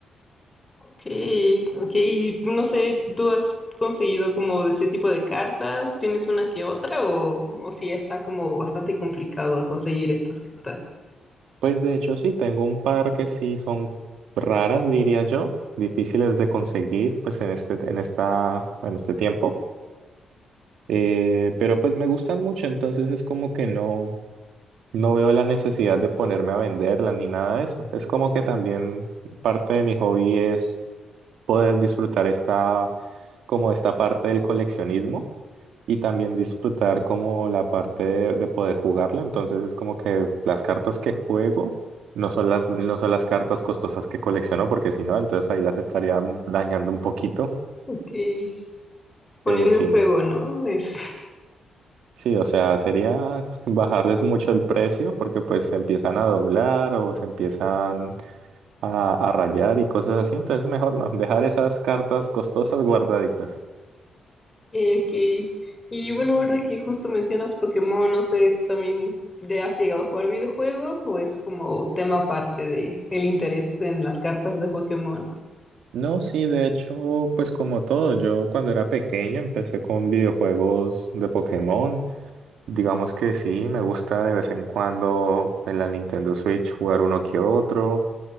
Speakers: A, on the left; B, on the right.
A: Okay, okay, y no sé, ¿tú has conseguido como de ese tipo de cartas? ¿Tienes una que otra o, o si ya está como bastante complicado conseguir estas cartas?
B: Pues de hecho sí, tengo un par que sí son raras, diría yo, difíciles de conseguir pues en este, en esta, en este tiempo, Eh, pero pues me gustan mucho, entonces es como que no, no veo la necesidad de ponerme a venderlas ni nada de eso. Es como que también parte de mi hobby es poder disfrutar esta, como esta parte del coleccionismo y también disfrutar como la parte de, de poder jugarlo. Entonces es como que las cartas que juego no son las, no son las cartas costosas que colecciono, porque si no, entonces ahí las estaría dañando un poquito.
A: Okay, poniendo
B: Pero sí,
A: en juego, ¿no? Es, <laughs>
B: sí, o sea, sería <laughs> bajarles mucho el precio porque pues se empiezan a doblar o se empiezan a, a rayar y cosas así. Entonces mejor no, dejar esas cartas costosas guardaditas.
A: eh, ok. Y bueno, ahora que justo mencionas Pokémon, no sé, también ¿te has llegado a jugar videojuegos o es como tema aparte de el interés en las cartas de Pokémon?
B: No, sí, de hecho, pues como todo, yo cuando era pequeño empecé con videojuegos de Pokémon. Digamos que sí, me gusta de vez en cuando en la Nintendo Switch jugar uno que otro.